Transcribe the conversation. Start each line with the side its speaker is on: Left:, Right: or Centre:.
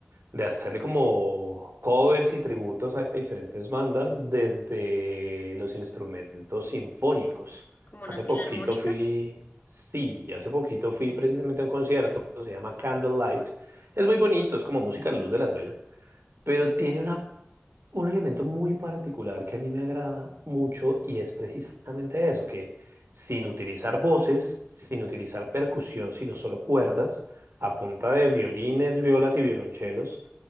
Right: de hacerle como covers y tributos a diferentes bandas desde los instrumentos sinfónicos.
Left: Como
Right: Hace
Left: unas
Right: poquito
Left: filarmónicas.
Right: fui, sí, hace poquito fui precisamente a un concierto, se llama Candlelight. Es muy bonito, es como música a la luz de las velas, pero tiene una un elemento muy particular que a mí me agrada mucho y es precisamente eso, que sin utilizar voces, sin utilizar percusión, sino solo cuerdas, a punta de violines, violas y violonchelos,